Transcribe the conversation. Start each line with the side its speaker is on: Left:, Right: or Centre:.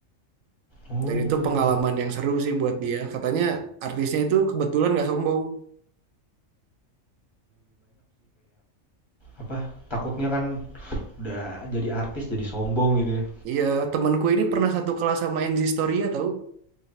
Left: Oh,
Right: Dan itu pengalaman yang seru sih buat dia. Katanya artisnya itu kebetulan gak sombong.
Left: apa, takutnya kan udah jadi artis jadi sombong gitu ya.
Right: Iya, temanku ini pernah satu kelas sama Enzi Storia tahu?